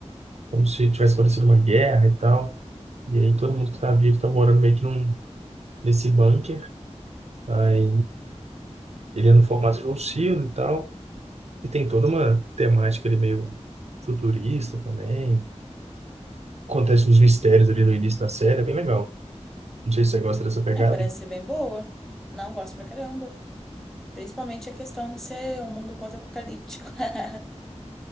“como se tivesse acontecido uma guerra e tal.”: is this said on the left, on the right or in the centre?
Right